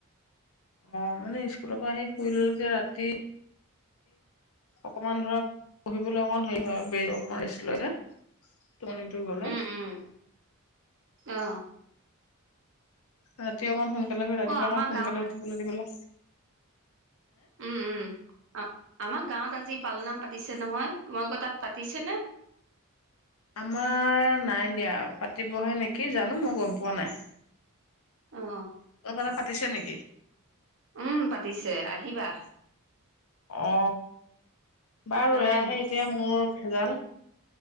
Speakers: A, on the left; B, on the right.
A: অ মানে স্কুলৰ পৰা আহি শুই ললে যে ৰাতি তে অকমান ধৰা পঢ়িবলৈ। অকণ হেৰি হয় ব অকমান ৰেষ্ট যে টোপনিটো গলে
B: উম উম অ
A: ৰাতি অকণ। সোনকালে হৈ ৰাতিপুৱাকণ
B: অ আমাৰ
A: সোনকালে
B: গাঁৱত
A: উঠিবলৈ দিবলৈ।
B: উম, উম আমাৰ গাঁৱত আজি পালনাম পাতিছে নহয় তোমালোকৰ তাত পাতিছেনে?
A: আমাৰ নাই দিয়া পাতিবহে নেকি জানো মই গম পোৱা নাই?
B: অ
A: তহঁতৰ তাত পাতিছে নেকি?
B: উম পাতিছে আহিবা।
A: অ বাৰু
B: আহ
A: এয়াহে এতিয়া মোৰ ভেজাল।